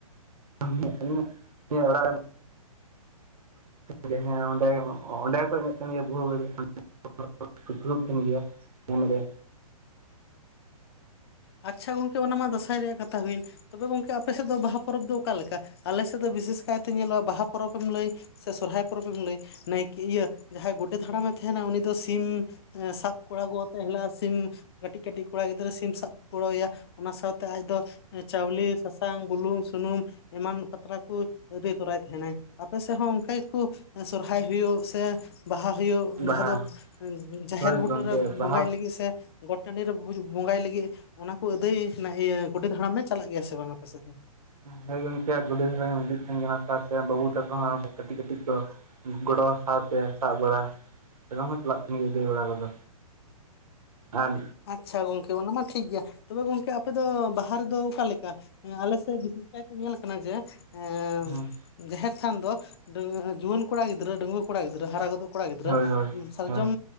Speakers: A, on the right; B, on the left.
A: ᱩᱱᱤ ᱩᱱᱤᱭᱟᱜ ᱟᱲᱟᱜ ᱦᱮᱸ ᱚᱸᱰᱮ ᱚᱸᱰᱮ ᱠᱚ ᱮᱱᱮᱡ ᱠᱟᱱ ᱜᱮᱭᱟ ᱵᱩᱦᱩ ᱜᱟᱬᱤ᱾ <unintelligible> ᱫᱩᱯᱲᱩᱜ ᱛᱟᱦᱮᱱ ᱜᱮᱭᱟ ᱢᱚᱱᱮᱨᱮ᱾
B: ᱟᱪᱪᱷᱟ ᱜᱚᱝᱠᱮ ᱚᱱᱟ ᱢᱟ ᱫᱚᱥᱟᱭ ᱨᱮᱭᱟᱜ ᱠᱟᱛᱷᱟ ᱦᱩᱭᱮᱱ᱾ ᱛᱚᱵᱮ ᱜᱚᱝᱠᱮ ᱟᱯᱮ ᱥᱮᱫ ᱫᱚ ᱵᱟᱦᱟ ᱯᱚᱨᱚᱵᱽ ᱫᱚ ᱚᱠᱟ ᱞᱮᱠᱟ? ᱟᱞᱮ ᱥᱮᱫ ᱫᱚ ᱵᱤᱥᱮᱥ ᱠᱟᱭᱛᱮ ᱧᱮᱞᱚᱜ-ᱟ ᱵᱟᱦᱟ ᱯᱚᱨᱚᱵᱽ ᱮᱢ ᱞᱟᱹᱭ ᱥᱮ ᱥᱚᱨᱦᱟᱭ ᱯᱚᱨᱚᱵᱽ ᱮᱢ ᱞᱟᱹᱭ ᱱᱟᱭᱠᱮ ᱤᱭᱟᱹ ᱡᱟᱦᱟᱸᱭ ᱜᱳᱰᱮᱛ ᱫᱟᱲᱟᱢᱮ ᱛᱟᱦᱮᱱᱟ ᱩᱱᱤ ᱫᱚ ᱥᱤᱢ ᱥᱟᱵ ᱠᱚᱜ-ᱟ ᱵᱚ ᱠᱟᱴᱤᱡ ᱠᱟᱴᱤᱡ ᱥᱤᱢ ᱠᱟᱹᱴᱤᱡ ᱠᱟᱹᱴᱤᱡ ᱠᱚᱲᱟ ᱜᱤᱫᱽᱨᱟᱹ ᱥᱤᱢ ᱥᱟᱵ ᱜᱚᱲᱚᱣᱟᱭᱟ ᱚᱱᱟ ᱥᱟᱶᱛᱮ ᱟᱡ ᱫᱚ ᱪᱟᱣᱞᱮ ᱥᱟᱥᱟᱝ ᱵᱩᱞᱩᱝ ᱥᱩᱱᱩᱢ ᱮᱢᱟᱱ ᱯᱟᱛᱲᱟ ᱠᱚ ᱟᱹᱫᱟᱹᱭ ᱛᱚᱨᱟᱭ ᱛᱟᱦᱮᱱᱟᱭ᱾ ᱟᱯᱮ ᱥᱮᱫ ᱦᱚᱸ ᱚᱱᱠᱟ ᱜᱮᱠᱚ ᱥᱚᱨᱦᱟᱭ ᱦᱩᱭᱩᱜ ᱥᱮ ᱵᱟᱦᱟ ᱦᱩᱭᱩᱜ,
A: ᱵᱟᱦᱟ
B: ᱡᱟᱦᱟᱸ ᱫᱚ ᱡᱟᱦᱮᱨ
A: ᱦᱳᱭ
B: ᱵᱩᱴᱟᱹᱨᱮ
A: ᱜᱚᱝᱠᱮ ᱵᱟᱦᱟ
B: ᱵᱚᱸᱜᱟᱭ ᱞᱟᱹᱜᱤᱫ ᱥᱮ ᱜᱚᱴ ᱴᱟᱺᱰᱤ ᱨᱮ ᱵᱚ ᱵᱚᱸᱜᱟᱭ ᱞᱟᱹᱜᱤᱫ ᱚᱱᱟ ᱠᱚ ᱟᱹᱫᱟᱹᱭ ᱤᱭᱟᱹ ᱜᱳᱰᱮᱛ ᱦᱟᱲᱟᱢᱮ ᱪᱟᱞᱟᱜ ᱜᱮᱭᱟ ᱥᱮ ᱵᱟᱝ ᱟᱯᱮ ᱥᱮᱫ ᱫᱚ?
A: ᱦᱮᱸ ᱜᱚᱝᱠᱮ ᱜᱟᱹᱰᱤ ᱫᱷᱟᱨᱟᱧ <unintelligible> ᱠᱟᱱᱟ ᱥᱟᱶᱛᱮ ᱵᱟᱹᱵᱩ ᱛᱟᱠᱚ ᱦᱚᱸ ᱠᱟᱹᱴᱤᱡ ᱠᱟᱹᱴᱤᱡ ᱠᱚ᱾ ᱜᱚᱲᱚ ᱥᱟᱶᱛᱮ ᱥᱟᱵ ᱵᱟᱲᱟ ᱮᱠᱫᱚᱢ ᱠᱚ ᱪᱟᱞᱟᱜ ᱛᱤᱧ ᱜᱮᱭᱟ ᱟ. ᱫᱟᱹᱭ ᱵᱟᱲᱟ ᱠᱚᱫᱚ᱾ ᱟᱱ
B: ᱟᱪᱪᱷᱟ ᱜᱚᱝᱠᱮ ᱚᱱᱟ ᱢᱟ ᱴᱷᱤᱠ ᱜᱮᱭᱟ, ᱛᱚᱵᱮ ᱜᱚᱝᱠᱮ ᱟᱯᱮ ᱫᱚ ᱵᱟᱦ ᱦᱟ ᱨᱮᱫᱚ ᱚᱠᱟ‌ᱞᱮᱠᱟ ᱟᱞᱮᱥᱮᱫ ᱵᱤᱥᱮᱥᱠᱟᱭᱛᱮ ᱧᱮᱞ ᱠᱟᱱᱟ ᱡᱮ, ᱮᱸ
A: ᱦᱩᱸ᱾
B: ᱡᱟᱦᱮᱨ ᱛᱷᱟᱱ ᱫᱚ ᱰᱟᱺ ᱡᱩᱣᱟᱹᱱ ᱠᱚᱲᱟ ᱜᱤᱫᱽᱨᱟᱹ, ᱰᱟᱺᱜᱽᱣᱟᱹ ᱠᱚᱲᱟ ᱜᱤᱫᱽᱨᱟᱹ ᱦᱟᱨᱟ ᱜᱚᱫᱚᱜ ᱠᱚᱲᱟ ᱜᱤᱫᱽᱨᱟᱹ
A: ᱦᱳᱭ ᱦᱳᱭ
B: ᱩᱢ‌ ᱥᱟᱨᱡᱚᱢᱻ
A: ᱦᱳᱭ